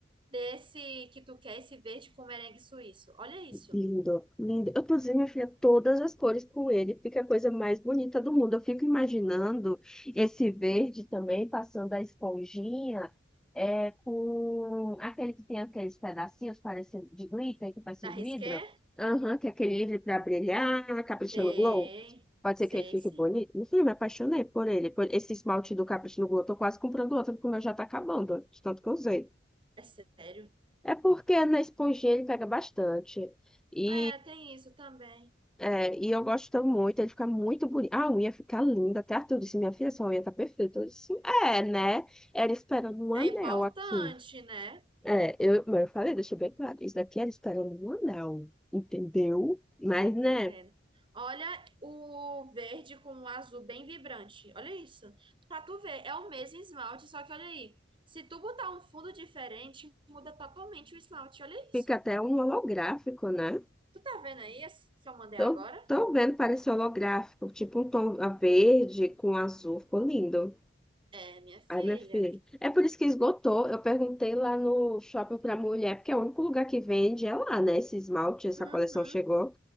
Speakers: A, on the right (about 30°); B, in the centre.
A: Desse que tu quer, esse verde com merengue suíço. Olha isso.
B: Lindo, lindo. Eu, inclusive, minha filha, todas as cores com ele, fica a coisa mais bonita do mundo. Eu fico imaginando esse verde também, passando a esponjinha, é, com aquele que tem aqueles pedacinhos parecendo de glitter, que parece
A: Da
B: um
A: Risqué?
B: vidro. Aham, que é aquele livre para brilhar, Capricho
A: Tem.
B: no Glow. Pode
A: Sei
B: ser que ele fique
A: sim.
B: bonito. Meu filho, me apaixonei por ele, por esse esmalte do Capricho no Glow. Eu tô quase comprando outro, porque o meu já tá acabando, de tanto que eu usei.
A: É sério?
B: É porque na esponjinha ele pega bastante.
A: Ah,
B: E
A: é, tem isso também.
B: é, e eu gosto muito, ele fica muito bonito. Ah, A unha fica linda. Até Arthur disse, minha filha, sua unha tá perfeita. Eu disse, é, né? Era esperando um
A: É
B: anel
A: importante,
B: aqui.
A: né?
B: É, eu, mas eu falei, deixa bem claro, isso daqui era esperando um anel, entendeu? Mas,
A: Tô entendendo.
B: né,
A: Olha o verde com o azul bem vibrante. Olha isso. Pra tu ver, é o mesmo esmalte, só que olha aí. Se tu botar um fundo diferente, muda totalmente o esmalte. Olha isso.
B: fica até um holográfico, né?
A: Tu tá vendo aí esse que eu mandei
B: Tô,
A: agora?
B: tô vendo, parece holográfico, tipo um tom a verde com azul, ficou lindo.
A: É, minha filha.
B: Ai, minha filha. É por isso que esgotou. Eu perguntei lá no shopping pra mulher, porque é o único lugar que vende, é lá, né? Esse esmalte, essa
A: Uhum.
B: coleção chegou.